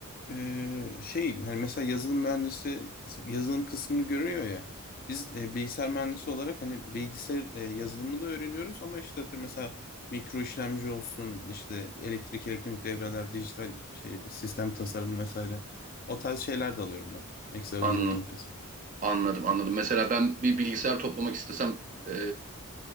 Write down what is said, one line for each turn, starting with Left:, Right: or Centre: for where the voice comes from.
Left: Ee, şey hani mesela yazılım mühendisi yazılım kısmını görüyor ya biz e, bilgisayar mühendisi olarak hani bilgisayar e, yazılımı da öğreniyoruz ama işte atıyorum mesela mikro işlemci olsun işte elektrik elektronik devreler dijital şey sistem tasarımı vesaire o tarz şeyler de alıyorum ben ekstradan
Right: An
Left: donanım kısmı.
Right: anladım anladım. Mesela ben bir bilgisayar toplamak istesem e,